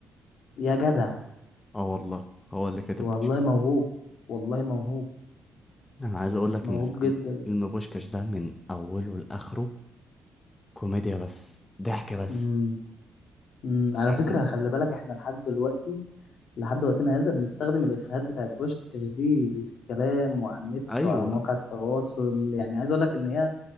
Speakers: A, on the left; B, on the left.
A: يا جدع
B: اه والله هو اللي كاتب
A: والله
B: بوشكش
A: موهوب والله موهوب
B: انا عايز اقول لك
A: موهوب
B: ان فيلم
A: جدا
B: فيلم بوشكش ده من اوله لاخره كوميديا بس ضحك بس
A: امم أمم،
B: ساعة
A: على فكره خلي بالك احنا لحد دلوقتي لحد وقتنا هذا بنستخدم الافيهات بتاعت بوشكاش دي في الكلام وعلى النت
B: ايوه
A: وعلى مواقع التواصل يعني عايز اقول لك ان هي